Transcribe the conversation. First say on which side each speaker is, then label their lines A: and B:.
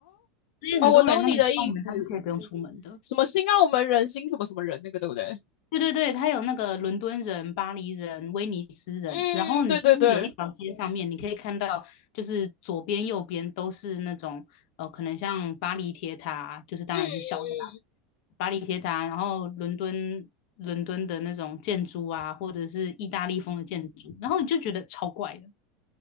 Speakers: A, on the left (about 55°); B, on the left (about 70°).
A: 所以很多人他们去澳门他是可以不用出门的，
B: 哦，我懂你的意思，什么新澳门人、新什么什么人那个，对不对？
A: 对对对，它有那个伦敦人、巴黎人、威尼斯人，
B: 嗯，
A: 然后你就是有一条街上面，
B: 对对对，嗯
A: 你可以看到，就是左边、右边都是那种呃，可能像巴黎铁塔，就是当然是小的啦，
B: 嗯嗯，
A: 巴黎铁塔，然后伦敦伦敦的那种建筑啊，或者是意大利风的建筑，然后你就觉得超怪的。